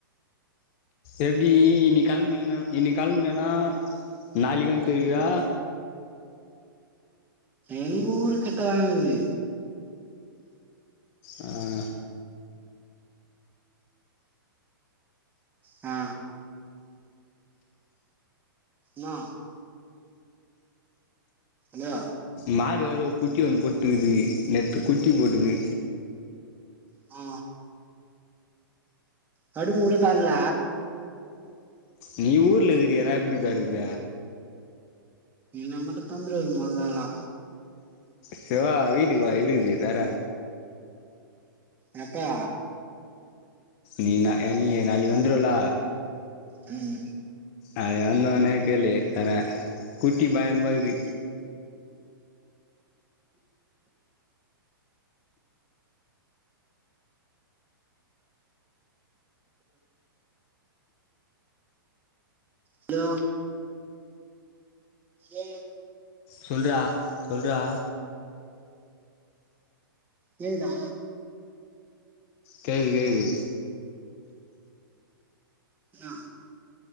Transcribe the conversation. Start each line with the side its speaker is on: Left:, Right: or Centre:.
Left: எப்டி இனி கெளம்புனீனா இன்னிக் கெளம்புனன்னா நாளிக்கு வந்து சேருவியா
Right: எங்கூரு கிட்ட தாக்குது
Left: ஆ
Right: ஆ நா யா
Left: மாடு வேற ஒரு குட்டி ஒன்னு போட்டுக்குது நேத்து குட்டி போட்டுது
Right: ஆ கடு முடு தர்ல
Left: நீ ஊர்ல இருக்கிறயே நா எப்டி தரது
Right: இல்னா மட்டு தந்துருவாறு மொதலாலா
Left: சிவா வீட்டுக்கு வா இருக்குது தர
Right: யப்பா
Left: நீ நீ நா நாளைக்கு வந்துருவல
Right: ம்
Left: அயா வந்தோனே கேளு தற கூட்டி பயன் மா இருக்குது
Right: ஹலோ ஏ
Left: சொல்றா சொல்றா
Right: கேகுதா
Left: கேகுது கேகுது
Right: ஆ